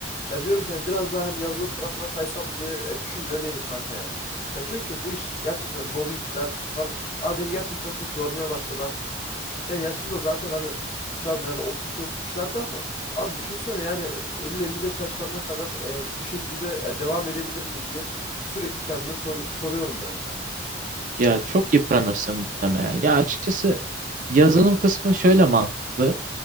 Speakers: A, on the left; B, on the right.
A: ya diyorum ki hani biraz daha hani yazılım tarafına kaysam diye e, düşünmüyor değilim kanka yani. Ya çünkü bu iş gerçekten mobbingler falan. Abi beni gerçekten çok yormaya başladı artık. Yani yaşım da zaten hani şu an yani 32-33'lerde ama abi düşünsene yani 50-55 yaşlarına kadar e, bu şekilde e, devam edebilir miyim diye sürekli kendime soru- soruyorum yani kanka.
B: Ya çok yıpranırsın muhtemelen. Ya açıkçası yazılım kısmı şöyle mantıklı.